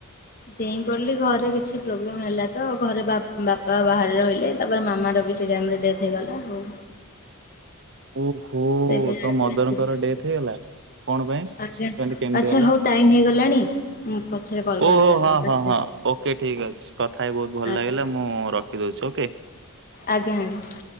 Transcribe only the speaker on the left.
ଡ଼େଇଁ ପଡି଼ଲି ଘରେ କିଛି ପ୍ରୋବ୍ଲେମ୍ ହେଲା। ତ ଘରେ ବାପା ବାହାରେ ରହିଲେ ତାପରେ ମାମାର ବି ସେଇ ଟାଇମ୍ ରେ ଡେଥ୍ ହେଇଗଲା ଆଉ।
ସେଇପାଇଁ ଆଡ଼େ
ପଳେଇ ଆସିଲି।
ଆଜ୍ଞା
ଆଚ୍ଛା
ହଉ ଟାଇମ୍ ହେଇଗଲାଣି ମୁଁ ପଛରେ କଲ୍
କରିବି ଆପଣ
କାଟିଦିଅନ୍ତୁ।
ଆଜ୍ଞା
ଆଜ୍ଞା ଆଜ୍ଞା।